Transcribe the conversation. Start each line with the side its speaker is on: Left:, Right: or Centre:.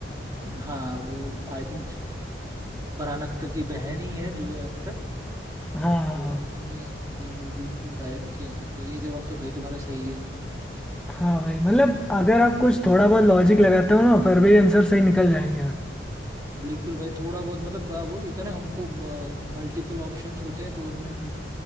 Right: हाँ वो आई थिंक फरहान अख्तर की बहन ही है जोया अख्तर
Centre: हाँ
Right: तो उन्होंने ये मूवी को डायरेक्ट किया था तो ये जवाब तो भाई तुम्हारा सही है
Centre: हाँ भाई मतलब अगर आप कुछ थोड़ा बहुत लॉजिक लगाते हो ना फिर भी आंसर सही निकल जाएंगे
Right: बिल्कुल भाई थोड़ा बहुत मतलब अ, वही होता है ना हमको मल्टीपल ऑप्शंस होते हैं तो उनमें हम